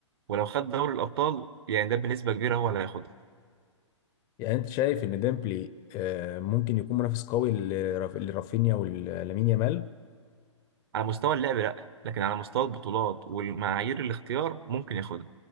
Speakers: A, on the right; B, on the left.
A: ولو خد دوري الابطال يعني ده بنسبه كبيره هو اللي هياخدها
B: يعني انت شايف ان ديمبلي آه، ممكن يكون منافس قوي لراف- لرافينيا ولامين يامال
A: على مستوى اللعب لا لكن على مستوى البطولات والمعايير الاختيار ممكن ياخدها